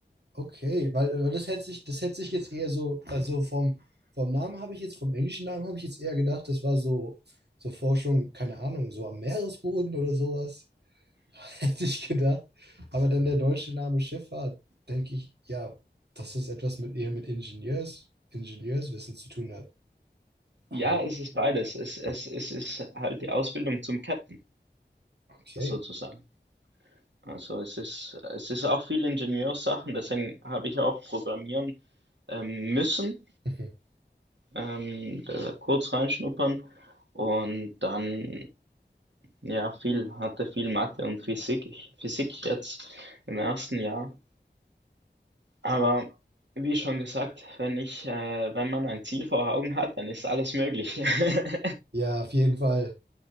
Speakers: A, on the right (about 65°); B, on the right (about 80°).
A: okay, weil, weil das hätte sich, das hätte sich jetzt eher so, also vom, vom Namen habe ich jetzt, vom englischen Namen habe ich jetzt eher gedacht, das war so, so Forschung, keine Ahnung, so am Meeresboden oder sowas. <laughs> Hätte ich gedacht. Aber dann der deutsche Name Schifffahrt, denke ich, ja, dass es etwas mit eher mit Ingenieurs, Ingenieurswissen zu tun hat.
B: Ja,
A: Ah,
B: es ist beides. Es, es, es ist halt die Ausbildung zum Captain,
A: okay.
B: sozusagen. Also es ist, es ist auch viel Ingenieurssachen, deswegen habe ich auch programmieren ähm, müssen,
A: Mhm.
B: ähm, da kurz reinschnuppern und dann, ja, viel, hatte viel Mathe und Physik, Physik jetzt im ersten Jahr. Aber wie schon gesagt, wenn ich, äh, wenn man ein Ziel vor Augen hat, dann ist alles möglich. <laughs>
A: Ja, auf jeden Fall.